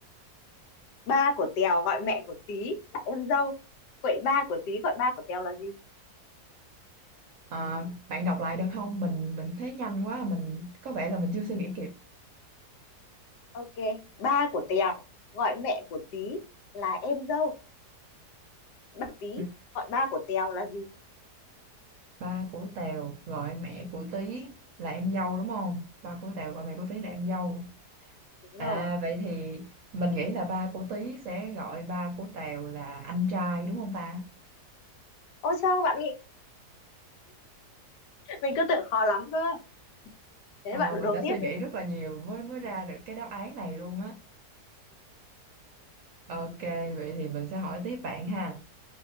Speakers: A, on the left (about 90°); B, on the right (about 65°).
A: ba của Tèo gọi mẹ của Tí là em dâu. Vậy ba của Tí gọi ba của Tèo là gì?
B: Ờ, bạn đọc lại được không? Mình mình thấy nhanh quá, mình có vẻ là mình chưa suy nghĩ kịp.
A: Ok, ba của Tèo gọi mẹ của Tí là em dâu. bảo tí
B: Ừ.
A: gọi ba của Tèo là gì
B: Ba của Tèo gọi mẹ của Tí là em dâu đúng không? Ba của Tèo gọi mẹ của Tí là em dâu.
A: đúng
B: À
A: rồi
B: vậy thì mình nghĩ là ba của Tí sẽ gọi ba của Tèo là anh trai đúng không ta?
A: ôi sao bạn nghĩ mình cứ tưởng khó lắm cơ thế
B: Ờ,
A: bạn
B: mình
A: đố
B: đã
A: tiếp
B: suy nghĩ
A: đi
B: rất là nhiều mới mới ra được cái đáp án này luôn á. Ok, vậy thì mình sẽ hỏi tiếp bạn ha.